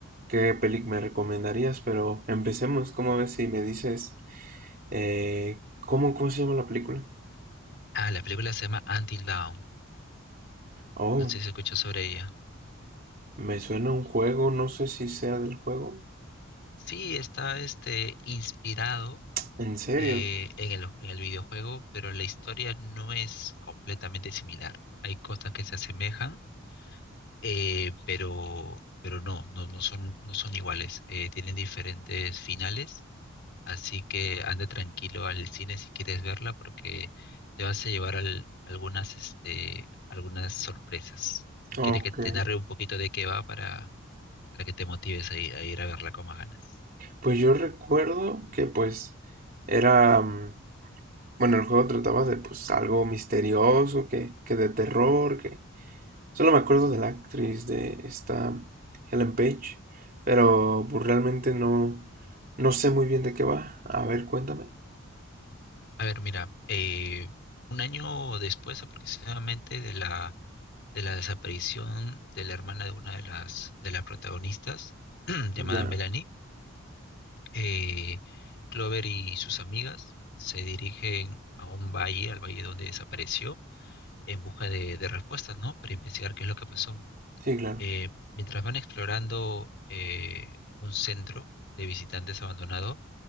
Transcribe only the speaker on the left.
Ah, la película se llama Until Dawn,
no sé si escuchas sobre ella.
Sí, está este, inspirado.
eh, en el, en el videojuego, pero la historia no es completamente similar. Hay cosas que se asemejan, eh, pero, pero no, no, no son, no son iguales. Eh, tienen diferentes finales, así que anda tranquilo al cine si quieres verla, porque te vas a llevar al- algunas, este, algunas sorpresas. ¿O
quieres que te narre un poquito de qué va para, para que te motives a ir a, ir a verla con más ganas?
A ver, mira, eh, un año después aproximadamente de la, de la desaparición de la hermana de una de las, de las protagonistas, <clears throat> llamada
Melanie, eh, Clover y sus amigas se dirigen a un valle, al valle donde desapareció, en busca de, de respuestas, ¿no? Para investigar qué es lo que pasó.
Eh, mientras van explorando eh, un centro de visitantes abandonado,